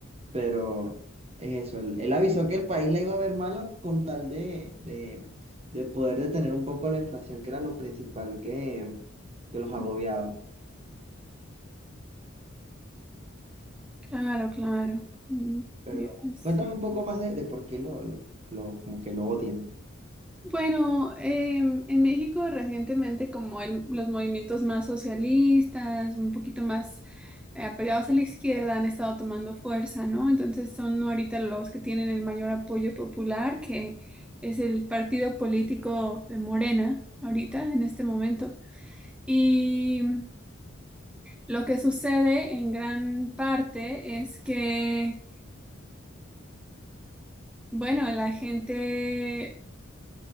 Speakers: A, on the right; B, in the centre.
A: pero es eso, él, él avisó que el país la iba a ver mala con tal de... de de poder detener un poco la inflación, que era lo principal que, que los agobiaba.
B: Claro, claro. Mm,
A: Pero
B: Dios.
A: cuéntame un poco más de, de por qué lo, lo, lo- como que lo odian.
B: Bueno, em, en México recientemente como el- los movimientos más socialistas, un poquito más eh, apegados a la izquierda han estado tomando fuerza, ¿no? Entonces son ahorita los que tienen el mayor apoyo popular, que es el partido político de Morena, ahorita, en este momento. Y lo que sucede en gran parte es que, bueno, la gente